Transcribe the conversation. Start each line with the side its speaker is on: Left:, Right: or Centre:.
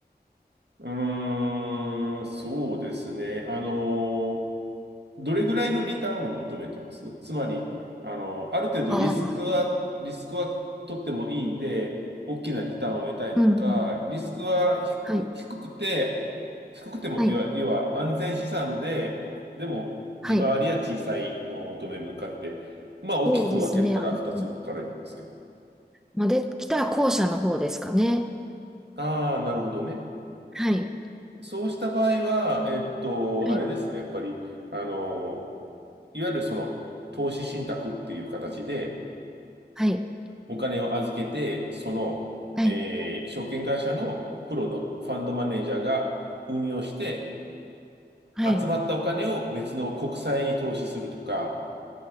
Right: うーん、そうですね。あのーどれぐらいのリターンを求めてますつまり、あの、ある程度リスクは、
Centre: ああ、
Right: リスクは取ってもいいんで、大きなリターンを得たいのか、
Centre: うんうん。
Right: リスクは低、
Centre: はい。
Right: 低くて、低くても、
Centre: はい。
Right: 要は、要は安全資産で、でも利回りは小さいのを求めるのかって、
Centre: はい。
Right: まあ大きく分けたら2つ分かれるんですけど。
Centre: そうですね。あのまあ、できたら後者の方ですかね。
Right: ああ、なるほどね。
Centre: はい。
Right: そうした場合は、えっと、
Centre: はい。
Right: あれですね、やっぱり、あの、いわゆるその、投資信託っていう形で、
Centre: はい。
Right: お金を預けて、その、
Centre: はい。
Right: えー証券会社のプロのファンドマネージャーが運用して、
Centre: はい。
Right: 集まったお金を別の国債に投資するとか、